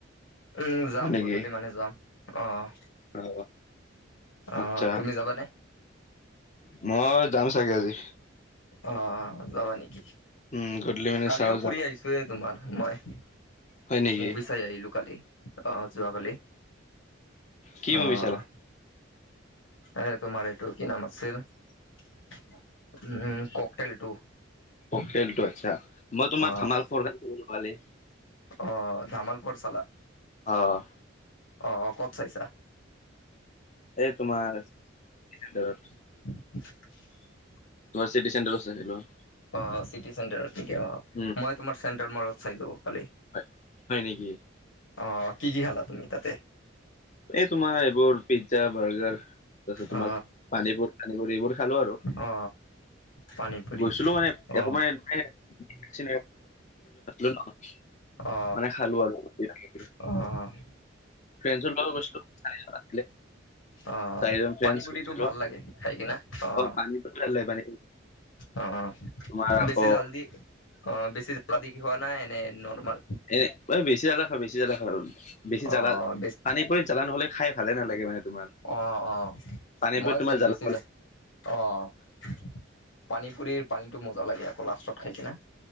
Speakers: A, on the left (about 80°); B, on the left (about 35°).
A: উম যাম
B: হয় নেকি?
A: গধূলি মানে যাম। অ',
B: অ
A: অ',
B: আচ্ছা
A: তুমি যাবানে?
B: মই যাম চাগে আজি।
A: অ', যাবা নেকি?
B: উম গধূলি মানে
A: কালিও
B: চাও যাম
A: ফুৰি আহিছোহে তোমাৰ মই।
B: হয় নেকি?
A: মভি চাই আহিলো কালি অ' যোৱাকালি
B: কি
A: অ'।
B: মুভি চালা?
A: এ তোমাৰ এইটো কি নাম আছিল উম, উম, ক'কতেল টু।
B: ক'কতেল টু আচ্ছা মই তোমাৰ
A: অ
B: ধামাল ফ'ৰ <unintelligible> কালি।
A: অ', ধামাল ফৰ চালা?
B: অ'।
A: অ', অ', ক'ত চাইছা?
B: এই তোমাৰ <inaudible>
A: <inaudible>
B: গুৱাহাটী চিটি চেন্টাৰত চাইছিলো।
A: অ', চিটিচেন্টাৰ থিকে অ'
B: উম
A: মই তোমাৰ চেট্ৰেৰ মলত চাইলো কালি।
B: হয়, হয় নেকি?
A: অ', কি কি খালা তুমি তাতে?
B: এই তোমাৰ এইবোৰ পিজ্জা বাৰ্গাৰ তাৰপছত তোমাৰ
A: অ
B: পানীপুৰি। এইবোৰ খালো আৰু
A: অ পানী পুৰি
B: গৈছিলো মানে
A: অ
B: একমান এনে <unintelligible> ন
A: অ
B: মানে খালো আৰু কিবা কিবি।
A: অ'।
B: ফ্ৰেঞ্চৰ লগত গৈছিলো <unintelligible>
A: অ',
B: চাৰিজন ফ্ৰেণ্ডছ
A: পানী পুৰিটো
B: গৈছিলো
A: ভাল লাগে খাই কিনে। অ',
B: পানী পানী
A: অ',
B: তোমাৰ আকৌ
A: বেছি জাল্ দি অ', বেছি জালা দি খোৱা না এনে নৰ্মেল?
B: এনে অ', বেছি জালা খাবেছি জালা খাওঁ। বেছি
A: অ
B: জালা,
A: বেছি
B: পানী পুৰিত জালা নহ'লে খাই ভালে নালাগে মানে তোমাৰ।
A: অ', অ'।
B: পানী
A: মই
B: পুৰিত তোমাৰ
A: চাম
B: জাল
A: বেছি যা অ', পানী পুৰিৰ পানীটো মজা লাগে আকৌ লাষ্টত খাই কিনে।